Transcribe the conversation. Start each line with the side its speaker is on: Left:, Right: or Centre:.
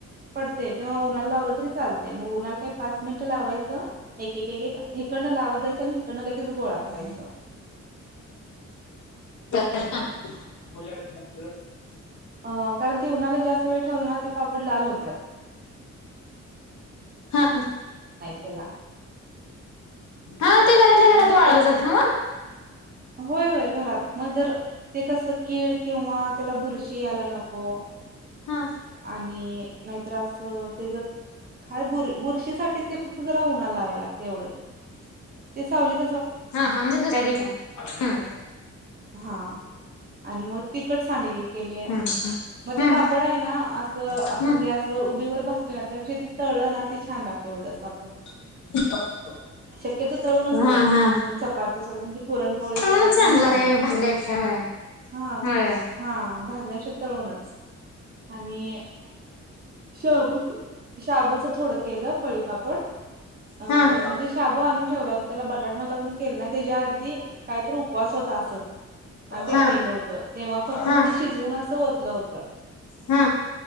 Right: पडते तेव्हा उन्हाला लावलं तरी चालते मग उन्हाला काही पाच मिनिटं लावायचं एक <inaudible> इकडनं लावत जायचं आणि इकडनं लगेच गोळा करायचा.
Left: <unintelligible>
Right: अ कारण ती उन्हाला जास्त वेळ ठेवली ना ते पापड लाल होत्या.
Left: हा.
Right: त्याला
Left: हा ते घरातल्या घरात
Right: मग
Left: वाळवलं
Right: ते
Left: जात ना.
Right: होय होय घरात मग जर ते कसं कीड किंवा त्याला बुरशी यायला नको
Left: हा
Right: आणि नाहीत असं ते ज काय बर बुरशी साठी ते फक्त जरा उन्हाला लावाय लागत. तेवढच ते सावलीच.
Left: हा हा म्हणजे दुसऱ्या दिवसा ह.
Right: हा आणि मग तिकट सांडगी केलीय.
Left: हम्म हम्म
Right: मग ते पापड आहे ना असं आपण
Left: हम्म
Right: गॅसवर उभीवर भासतोय त्या तळलं ना ते छान लागते उरडच पापड
Left: <inaudible>
Right: शक्यतो तळून
Left: हम्म
Right: असते
Left: हा हा
Right: चपाती स म्हे पोळी
Left: तळूनच
Right: सोबत
Left: चांगला
Right: छान
Left: ते
Right: लागते
Left: भाजल्यापेक्षा होय
Right: हा.
Left: होय
Right: हा भाजण्यापेक्षा तळूनच आणि शबुठ शाबूचं थोडं केलं पळीपापड. अ
Left: हा
Right: म्हणजे शाबू आणून ठेवला होता त्याला बटाट नव्हता पणून केलं नाही त्याच्या आधी काहीत उपवास होता असंच आणि ते
Left: हा
Right: राहिलं होतं तेव्हा फक्त
Left: हा
Right: मग शिजवून असं होत. हो
Left: हा.